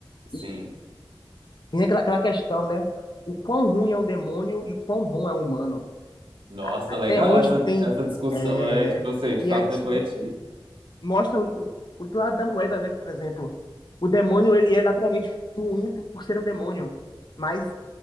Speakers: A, on the right; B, on the left.
A: Sim.
B: E tem aquela, aquela questão, né? O quão ruim é um demônio e o quão bom é um humano.
A: Nossa,
B: A- Até
A: legal
B: onde
A: essa,
B: tem.
A: essa discussão,
B: É...
A: né? Tipo assim, te
B: E
A: faz
B: é, te-
A: refletir.
B: mostra o, o outro lado da moeda, né? Por exemplo, o demônio ele é naturalmente ruim por, por ser um demônio. Mas